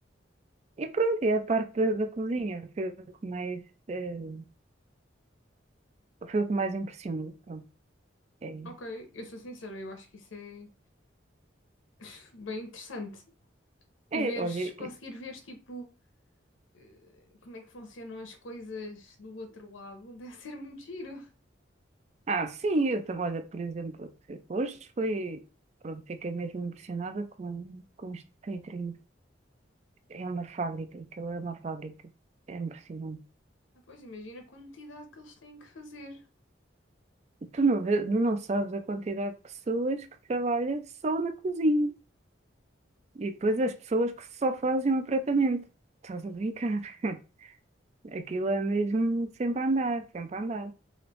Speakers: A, on the right; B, on the left.
A: E pronto, e a parte da, da cozinha foi o que mais, eh, foi o que mais impressionou. Pronto, é,
B: Ok, eu sou sincera, eu acho que isso é pff, bem interessante.
A: é,
B: E veres,
A: olha,
B: conseguir
A: é-
B: veres, tipo, eh, como é que funcionam as coisas do outro lado, <laughs> deve ser muito giro.
A: ah, sim, eu também, olha, por exemplo, hoje foi, pronto, fiquei mesmo impressionada com, com este catering. É uma fábrica, aquilo é uma fábrica. É impressionante.
B: Ah, pois, imagina a quantidade que eles têm que fazer.
A: Tu não, vê- tu não sabes a quantidade de pessoas que trabalha só na cozinha. E depois as pessoas que só fazem o tratamento. Estás a brincar? <laughs> Aquilo é mesmo sempre a andar, sempre a andar.